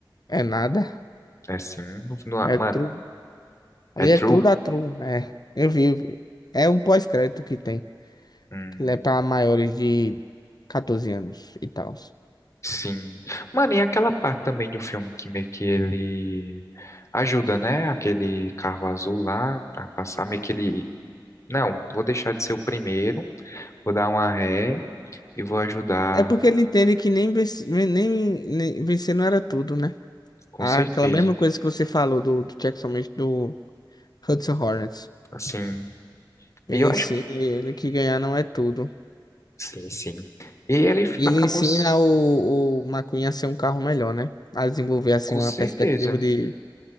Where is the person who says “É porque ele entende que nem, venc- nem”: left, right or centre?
Left